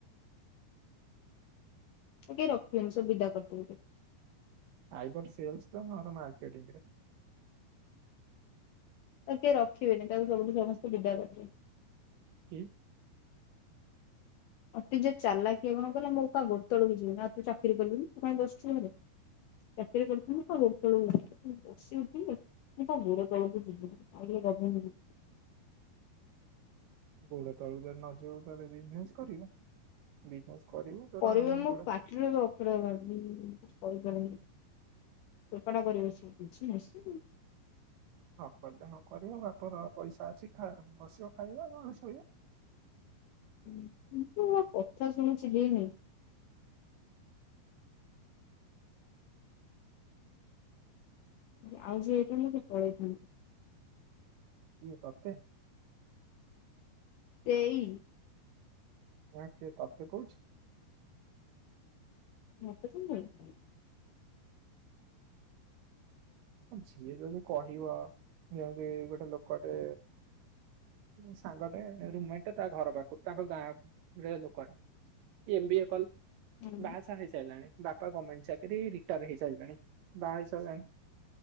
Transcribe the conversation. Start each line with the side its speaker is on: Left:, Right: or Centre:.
Left: ଟିକେ ରଖିବନି ସୁବି ବିଦା କରିଦବ।
Right: ଆଇଦର୍ ସେଲସ ତ ମର ମାର୍କେଟିଂରେ।
Left: ତ କିଏ ରଖିବେନି ତାକୁ ସବୁଠୁ ସମସ୍ତେ ବିଦା କରିିଦେବେ।
Right: କି
Left: ଅତି ଯେ ଚାଲାକିଆ ଗୁଣ କଲା ମୋ କା ଗୋଡ ତଳକୁ ଯିବିନି ଆଉ ତୁ ଚାକିରି କଲୁିୁ କ ପାଇଁ ବସିଚୁ ଘରେ। ଚାକିରି କରିୁଥିଲ ତୋ ତେଳୁ ବସି ଉଥିଲେ। ମୁତା ଗୋଡ ତଳୁକୁ ଜିବିନି ଆଉ ଟିକେ
Right: ଗୋଡ ତଳକୁ ଜ ନ ଯିବ ତାହଲେ ବିଜନେସ କରିବ। ବିଜନେସ କରିବୁ ତୋର
Left: କରିବ ମୁଁ
Right: ଗୋଡ
Left: ପାଟିରେ ଅପ କରିପାରିବି। ଚୋପାଟା କରିବ ସେ।
Right: ନ କଲେ ହ କରିବ ବାପର ପଇସା ଅଛି ଖା ବସିବ ଖାଇବା କଣ ସୋଇଅ।
Left: କିନ୍ତୁ ମୁ କଥା ଶୁଣିୁଛି ଦିନି। ଆଉ ଯଉ ଏଇଠା ମୁ ପଳେଇଥାନ୍ତା।
Right: କିଏ ତତେ?
Left: ସେଇ
Right: ଆଁ କି ତାତେ କୁଛ
Left: ମତ କାଇଁ କହିବ।
Right: ଯିଏ ଯଦି କହିବା ଯେମତି ଗୋଟେ ଲୋକଟେ ସାଙ୍ଗଟେ ରୁମମେଟ ତା ଘର ପାଖକୁ ତାଙ୍କ ଗାଁକୁ ରେ ଲୋକଟେ। ଏମ୍ ବି ଏ କଲ
Left: ହୁଁ
Right: ବାହାସାହା ହେଇସାରିଲାଣି। ବାପା ଗମେଣ୍ଟ ଚାକିରି ରିଟାୟାର ହେଇସାରିଲାଣି ବାହା ହେଇସାରିଲାଣି।